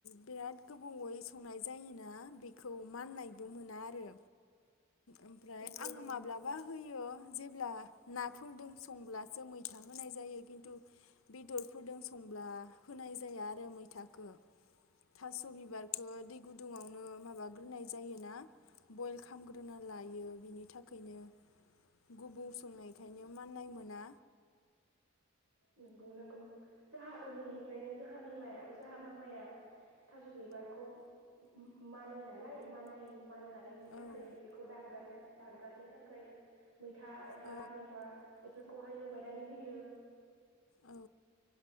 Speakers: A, on the left; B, on the right.
A: बिराद गोबावै संनाय जायोना बेखौ माननायबो मोना आरो। ओमफ्राय
B: नंगौ
A: आङो
B: नंगौ
A: माब्लाबा होयो जेब्ला नाफोरदों संब्लासो मैथा होनाय जायो, खिन्थु बेदरफोरदों संब्ला होनाय जाया आरो मैथाखो थास बिबारखो दै गुदुङावनो माबाग्रोनाय जायोना बयेल खामग्रो ग्रोना लायो बिनि थाखायनो गुबु सोंनायखायनो माननाय मोना।
B: नोंगौ नोंगौ जोंहा ओन्दैनिफ्रायनो जोंहा बिमाया जोंहा मामाया थास बिबारखौ मानो नालाय माननाय मानगानायनि थाखाय
A: औ
B: बेखौ दानगारनाय दानगारनो थाखाय मैथा एबा
A: औ
B: मेवा बेफोरखौहाय लगायनानै होयो।
A: औ